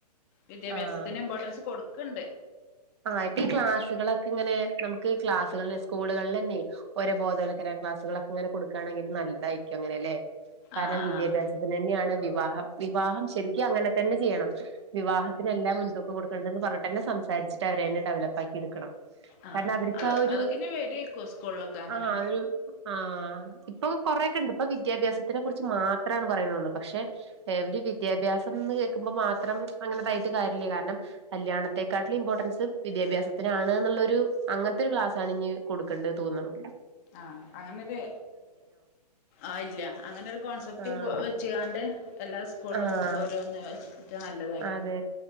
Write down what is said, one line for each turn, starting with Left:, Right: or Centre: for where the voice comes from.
Left: വിദ്യാഭ്യാസത്തിന്
Right: ആഹ്
Left: ഇമ്പോർട്ടൻസ് കൊടുക്ക്ണ്ട്
Right: ആഹ് ഇപ്പ ഈ ക്ലാസുകളൊക്കെ ഇങ്ങനെ നമുക്ക് ഈ ക്ലാസ്സുകളെ സ്കൂളുകളിലെന്നെ ഓരോ ബോധവൽക്കരണ ക്ലാസുകളൊക്കെ ഇങ്ങനെ കൊട്ക്കാണെങ്കിൽ നല്ലതായിരിക്കും അങ്ങനെല്ലെ കാരണം
Left: ആഹ്
Right: വിദ്യാഭ്യാസം
Left: ആഹ്
Right: ത്തിന് തന്നെയാണ് വിവാഹം വിവാഹം ശരിക്കും അങ്ങനെ തന്നെ ചെയ്യണം വിവാഹത്തിനെല്ലാ മുൻതൂക്കം കൊടുക്കണ്ടെന്ന് പറഞ്ഞട്ട് തന്നെ സംസാരിച്ചിട്ട് അവരെന്നെ ഡെവലപ്പാക്കി എടുക്കണം
Left: ആഹ്
Right: കാരണം അവര്ക്ക്
Left: അത്
Right: ആ ഒരു
Left: അതൊക്കെ ഇനി വരുവായിരിക്കും സ്കൂളിലൊക്കെ അങ്ങനെ
Right: ആഹ് ഒരു ആഹ് ഇപ്പൊ കൊറേക്കെ ഇണ്ട് ഇപ്പൊ വിദ്യാഭ്യാസത്തിനെ കുറിച്ച് മാത്രാണ് പറയാനുള്ളൂ പക്ഷെ എവര് വിദ്യാഭ്യാസംന്ന് കേക്കുമ്പോ മാത്രം അങ്ങനെതായിട്ട് കാര്യല്ല കാരണം കല്യാണത്തെക്കാട്ടിലും ഇമ്പോർട്ടൻസ് വിദ്യാഭ്യാസത്തിനാണ് ന്നുള്ളൊരു അങ്ങനത്തെ ഒരു ക്ലാസ്സാണ് ഇനി കൊടുക്കണ്ടത് തോന്നണു
Left: ആ അങ്ങനെരു ആഹ് ഇല്ല അങ്ങനൊരു കോൺസെപ്റ്റ്
Right: ആഹ്
Left: വെച്ച്ങ്ങാണ്ട് എല്ലാ ഉസ്കൂളിലും
Right: ആഹ്
Left: ഓരോന്ന് ഒക്കെ നല്ലതായിരിക്കും
Right: അതെ